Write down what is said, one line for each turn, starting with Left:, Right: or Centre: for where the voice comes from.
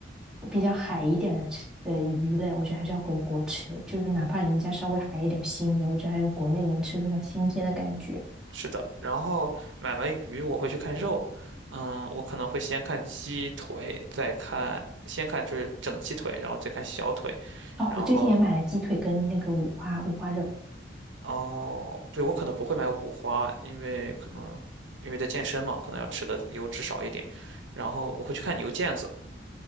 Centre: 比较海一点的吃的鱼类，我觉得还是要回国吃，就是哪怕人家稍微海一点、腥一点，我觉得还是国内能吃出它新鲜的感觉。
Right: 是的，然后买完鱼我会去看肉，嗯，我可能会先看鸡腿，再看，先看就是整鸡腿，然后再看小腿，
Centre: 哦，
Right: 然后
Centre: 我最近也买了鸡腿跟那个五花五花肉。
Right: 哦，对，我可能不会买五花，因为可能因为在健身嘛，可能要吃的油脂少一点，然后我会去看牛腱子，